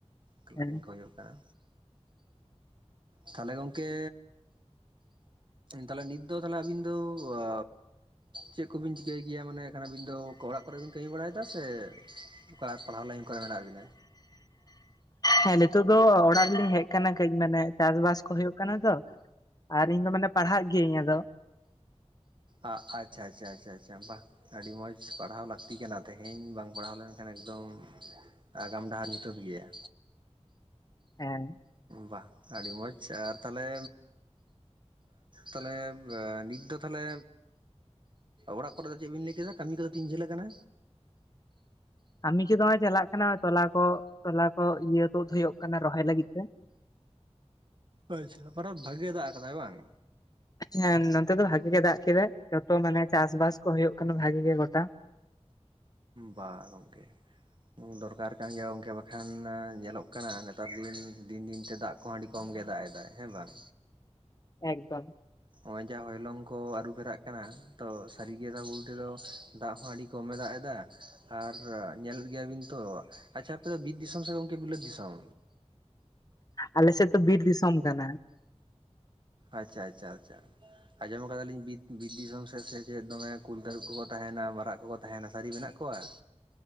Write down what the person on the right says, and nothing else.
ᱠᱟᱞᱟᱨᱤᱝ
ᱠᱚ ᱦᱩᱭᱩᱜ ᱠᱟᱱᱟ ᱛᱟᱦᱚᱞᱮ ᱜᱚᱝᱠᱮ ᱛᱟᱦᱚᱞᱮ ᱱᱤᱛ ᱫᱚ ᱛᱟᱦᱚᱞᱮ ᱟᱵᱤᱱ ᱫᱚ ᱟ ᱪᱮᱫ ᱠᱚᱵᱤᱱ ᱪᱤᱠᱟᱹᱭ ᱜᱮᱭᱟ ᱢᱟᱱᱮ ᱮᱠᱷᱟᱱ ᱟᱵᱤᱱ ᱫᱚ ᱚᱲᱟᱜ ᱠᱚᱨᱮ ᱵᱤᱱ ᱠᱟᱹᱢᱤ ᱵᱟᱲᱟᱭ ᱫᱟ ᱥᱮ ᱠᱚᱲᱟ ᱯᱟᱲᱦᱟᱣ ᱞᱟᱭᱤᱱ ᱠᱚᱨᱮ ᱢᱮᱱᱟᱜ ᱵᱤᱱᱟ?
ᱟ, ᱟᱪᱪᱷᱟ ᱟᱪᱪᱷᱟ ᱟᱪᱪᱷᱟ ᱟᱪᱪᱷᱟ ᱟᱪᱪᱷᱟ, ᱵᱟ᱾ ᱟᱹᱰᱤ ᱢᱚᱡᱽ ᱯᱟᱲᱦᱟᱣ ᱞᱟᱹᱠᱛᱤ ᱠᱟᱱᱟ ᱛᱮᱦᱮᱧ ᱵᱟᱝ ᱯᱟᱲᱦᱟᱣ ᱞᱮᱱᱠᱷᱟᱱ ᱮᱠᱫᱚᱢ ᱟᱜᱟᱢ ᱰᱟᱦᱟᱨ ᱧᱩᱛᱟᱹᱛ ᱜᱮᱭᱟ
ᱵᱟ᱾ ᱟᱹᱰᱤ ᱢᱚᱡᱽ ᱟᱨ ᱛᱟᱞᱦᱮ, ᱛᱟᱞᱦᱮ ᱱᱤᱛ ᱫᱚ ᱛᱟᱞᱦᱮ ᱚᱲᱟᱜ ᱠᱚᱨᱮ ᱫᱚ ᱪᱮᱫ ᱵᱤᱱ ᱞᱟᱹᱭ ᱠᱮᱫᱟ ᱠᱟᱹᱢᱤ ᱠᱚᱫᱚ ᱛᱤᱱ ᱡᱷᱟᱹᱞ ᱠᱟᱱᱟ?
ᱟᱪᱪᱷᱟ, ᱯᱟᱨᱟ ᱵᱷᱟᱜᱮ ᱫᱟᱜ ᱠᱟᱫᱟᱭ ᱵᱟᱝ?
ᱵᱟ ᱜᱚᱝᱠᱮ᱾ ᱫᱚᱨᱠᱟᱨ ᱠᱟᱱ ᱜᱮᱭᱟ ᱜᱚᱝᱠᱮ ᱵᱟᱠᱷᱟᱱ ᱧᱮᱞᱚᱜ ᱠᱟᱱᱟ ᱱᱮᱛᱟᱨ ᱫᱤᱱ, ᱫᱤᱱ ᱫᱤᱱ ᱛᱮ ᱫᱟᱜ ᱠᱚᱦᱚᱸ ᱟᱹᱰᱤ ᱠᱚᱢ ᱜᱮ ᱫᱟᱜ ᱮᱟᱭ ᱦᱮᱸ ᱵᱟᱝ᱾
ᱦᱚᱸᱜ-ᱚᱭ ᱡᱟ ᱦᱚᱭᱞᱚᱝ ᱠᱚ ᱟᱹᱨᱩ ᱯᱷᱮᱨᱟᱜ ᱠᱟᱱᱟ, ᱛᱚ ᱥᱟᱹᱨᱤ ᱠᱟᱛᱷᱟ ᱵᱚᱞᱛᱮ ᱫᱚ ᱫᱟᱜ ᱦᱚᱸ ᱟᱹᱰᱤ ᱠᱚᱢᱮ ᱫᱟᱜ ᱮᱫᱟ᱾ ᱟᱨ ᱧᱮᱞᱮᱫ ᱜᱮᱭᱟᱵᱤᱱ ᱛᱚ, ᱟᱪᱪᱷᱟ ᱟᱯᱮ ᱫᱚ ᱵᱤᱨ ᱫᱤᱥᱚᱢ ᱥᱮ ᱜᱚᱝᱠᱮ ᱵᱤᱞᱟᱹᱛ ᱫᱤᱥᱚᱢ?
ᱟᱪᱪᱷᱟ ᱟᱪᱪᱷᱟ ᱟᱪᱪᱷᱟ᱾ ᱟᱸᱡᱚᱢ ᱟᱠᱟᱫᱟᱞᱤᱧ ᱵᱤᱨ ᱫᱤᱥᱚᱢ ᱥᱮᱫ ᱥᱮ ᱪᱮᱫ ᱫᱚᱢᱮ ᱠᱩᱞ ᱛᱟᱹᱨᱩᱵ ᱠᱚᱠᱚ ᱛᱟᱸᱦᱮᱱᱟ, ᱢᱟᱨᱟᱜ ᱠᱚᱠᱚ ᱛᱟᱸᱦᱮᱱᱟ, ᱥᱟᱨᱤ ᱢᱮᱱᱟᱜ ᱠᱚᱣᱟ?